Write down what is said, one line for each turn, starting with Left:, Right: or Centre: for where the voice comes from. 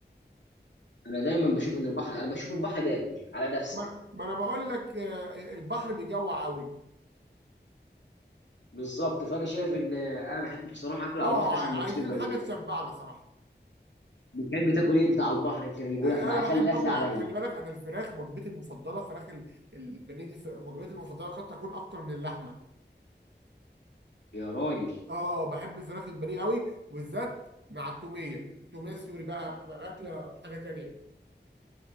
Left: انا دايما بشوف ان البحر انا بشوف البحر باكل على نفسي
Right: ما ما انا بقول لك آه، البحر بيجوع قوي
Left: بالظبط فانا شايف ان انا بحب بصراحه اكل على
Right: اه
Left: البحر سندوتشات
Right: ع- عايزين
Left: البانيه
Right: حاجه تشبعنا صراحه
Left: بتحب تاكل ايه بتاع البحر يمكن اجيبه
Right: آه،
Left: لك معايا
Right: انا بحب
Left: خلي الاكل
Right: اكل
Left: عليا
Right: آه، خلي بالك انا الفراخ وجبتي المفضله فراخ ال- البانيه دي ف- وجبتي المفضله قد تكون اكتر من اللحمه
Left: يا راجل
Right: اه بحب فراخ البانيه قوي وبالذات مع التوميه التوميه السوري بقى بتبقى الاكله حاجه تانيه